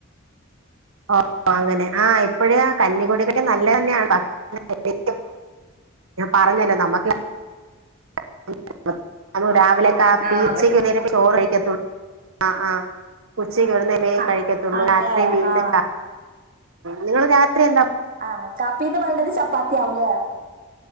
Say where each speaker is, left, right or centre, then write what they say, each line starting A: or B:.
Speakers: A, on the right; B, on the right.
A: ഓ അങ്ങനെ ആ ഇപ്പഴ് കഞ്ഞികുടിക്ക്ണത് നല്ലെന്നാട പ <unintelligible> ഞാൻ പറഞ്ഞല്ലോ നമ്മക്ക് നമ്മ <unintelligible> വല്ല കാപീ
B: ആ
A: <unintelligible> ച്ചക്ക്
B: പറ്റും
A: നേരേ ചോറ് കഴിക്കത്തുള്ളൂ അഹ്ആഹ് <unintelligible>
B: ആ
A: കഴിക്കത്തുള്ളൂ
B: ആണല്ലേ
A: രാത്രി വീണ്ടും
B: ആ
A: ത്ത നിങ്ങള് രാത്രി എന്താ
B: ആ കാപ്പീന്ന് പറണത് ച പാത്തി ആവുലേ